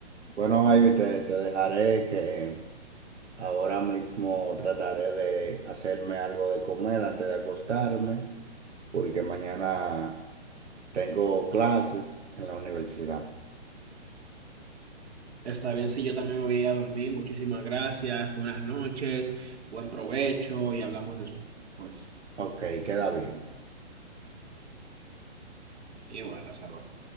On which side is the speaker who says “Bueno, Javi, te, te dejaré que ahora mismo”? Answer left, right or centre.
Right